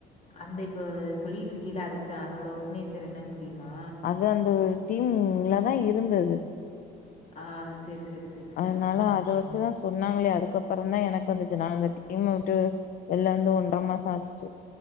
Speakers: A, on the left; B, on the left.
A: அந்த இப்போ சொல்லிட்டு இருக்கீல்ல அதுக்குத்தா அதோட ஒர்க் நேச்சர் என்னன்னு தெரியுமா
B: அது அந்த டீம்ல தா இருந்தது
A: ஆ சேரி சேரி சேரி சேரி
B: அதுனால
A: ம்
B: அத வச்சுதா சொன்னாங்களே அதுக்கப்பறந்தா எனக்கு வந்துச்சு நா அந்த டீம் விட்டு வெள்ல வந்து ஒன்ற மாச ஆச்சுட்டு